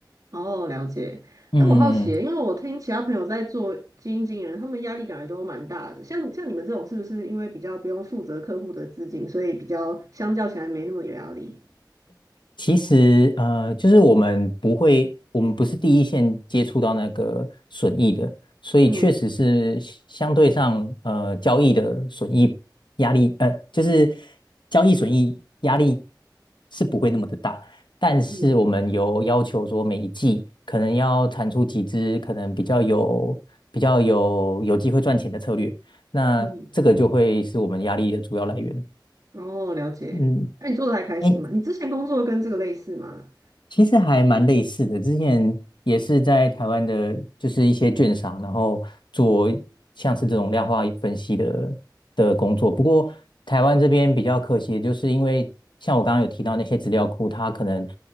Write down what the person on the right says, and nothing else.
哦，了解。
那我好奇耶因为我听其他朋友在做基金经理人，他们压力感觉都蛮大的。像像你们这种，是不是因为比较不用负责客户的资金，所以比较相较起来没那么有压力？
嗯
嗯
嗯，哦，了解。
那你做的还开心吗？
你之前工作跟这个类似吗？